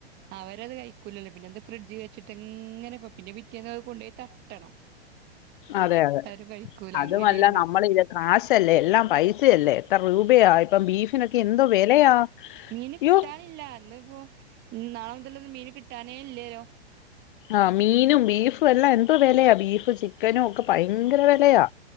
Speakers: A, on the right (about 30°); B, on the left (about 50°).
A: അവരത് കഴിക്കൂലല്ലോ പിന്നെ അത് ഫ്രിഡ്ജ് വെച്ചിട്ട്ങ്ങനെ പിന്നെ പിറ്റേ അത് കൊണ്ടുപോയി തട്ടണം
B: അതെ അതെ
A: ആരും കഴിക്കൂല
B: അതുമല്ല
A: അങ്ങനെയാണ്
B: നമ്മള ഇരു കാശല്ലേ എല്ലാം പൈസയല്ലേ എത്ര രൂപയാ ഇപ്പം ബീഫിനൊക്കെ എന്തോ വിലയാ
A: മീന്
B: അയ്യോ
A: കിട്ടാനില്ല ഇന്ന് ഇപ്പോ നാളെ മുതലൊന്ന് മീന് കിട്ടാനേ ഇല്ലല്ലോ
B: ആഹ് മീനും ബീഫും എല്ലാം എന്ത്‌ വിലയാ ബീഫും ചിക്കനും ഒക്കെ ഭയങ്കര വിലയാ